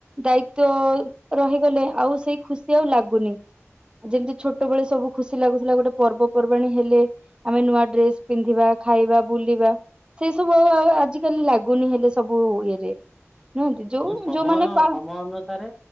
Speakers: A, on the right (about 20°); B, in the centre.
A: ଦାୟିତ୍ଵ ରହିଗଲେ ଆଉ ସେଇ ଖୁସି ଆଉ ଲାଗୁନି। ଯେମିତି ଛୋଟବେଳେ ସବୁ ଖୁସି ଲାଗୁଥିଲା ଗୋଟେ ପର୍ବପର୍ବାଣୀ ହେଲେ ଆମେ ନୂଆ ଡ୍ରେସ ପିନ୍ଧିବା ଖାଇବା ବୁଲିବା। ସେଇ ସବୁ ଆଉ ଆଜିିକାଲି ଲାଗୁନି ହେଲେ ସବୁ ଇଏରେ। ନୁହନ୍ତି ଯୋଉ
B: ଏ ସମୟ
A: ଯୋଉମାନେ ପା
B: ସମୟ ଅନୁସାରେ